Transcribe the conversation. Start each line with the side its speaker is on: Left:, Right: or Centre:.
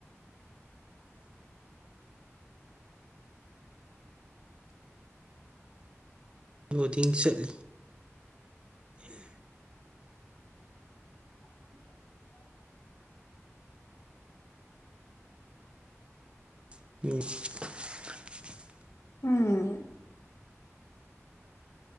Right: ꯂꯣꯗꯤꯡ ꯆꯠꯂꯤ
Left: <unintelligible> <inaudible>
Right: ꯃꯤꯁ
Left: ꯎꯝ